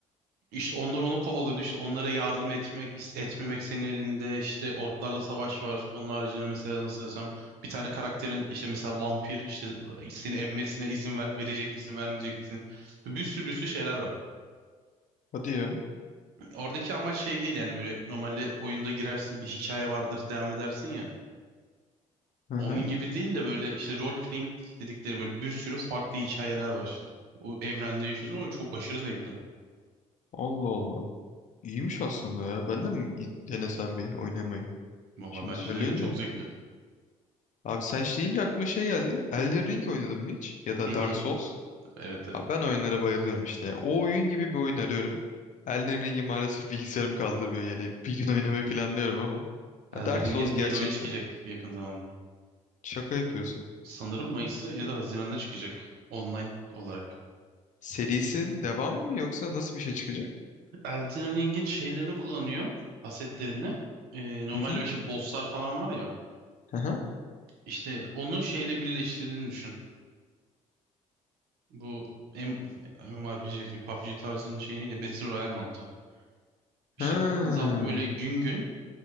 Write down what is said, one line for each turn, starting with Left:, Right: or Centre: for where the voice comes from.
Right: İşte onlar onu kovalıyordu. İşte onlara yardım etmek, is- etmemek senin elinde. İşte orklarla savaş var. Onun haricinde mesela nasıl desem bir tane karakterin işte mesela vampir işte e, seni emmesine izin ver- verecek misin, vermeyecek misin? Bir sürü bir sürü şeyler var.
Left: Hadi ya.
Right: Oradaki amaç şey değil yani böyle normalde oyunda girersin bir hikaye vardır devam edersin ya.
Left: Hı hı.
Right: Onun gibi değil de böyle işte role playing dedikleri böyle bir sürü farklı hikayeler var işte. O evrende yaşıyorsun ama çok aşırı zevkli.
Left: Allah Allah. İyiymiş aslında ya. Ben de mi i- denesem bir oynamayı?
Right: Valla
Left: Şimdi
Right: bence
Left: söyleyince.
Right: de öyle, çok zevkli.
Left: Abi sen şey deyince aklıma şey geldi. Elden Ring oynadın mı hiç? Ya da
Right: Hı hı.
Left: Dark Souls.
Right: Evet evet.
Left: Abi ben oyunlara bayılıyorum işte. O oyun gibi bir oyun arıyorum. Elden Ring'i maalesef bilgisayarım kaldırmıyor. Yani bir gün oynamayı planlıyorum ama.
Right: Elden
Left: Ya Dark
Right: Ring'in
Left: Souls gerçekten.
Right: yeni oyunu çıkacak yakın zamanda.
Left: Şaka yapıyorsun.
Right: Sanırım Mayıs'ta ya da Haziran'da çıkacak online olarak.
Left: Serisin devam mı yoksa nasıl bir şey çıkacak?
Right: Elden Ring'in şeylerini kullanıyor, asetlerini. Ee, normalde
Left: Hı hı.
Right: işte bosslar falan var ya.
Left: Hı hı.
Right: İşte onu şeyle birleştirdiğini düşün. Bu M MMORPG diyecektim. PUBG tarzının şey neydi? Battle Royale mantığı. İşte
Left: Ha.
Right: zam böyle gün gün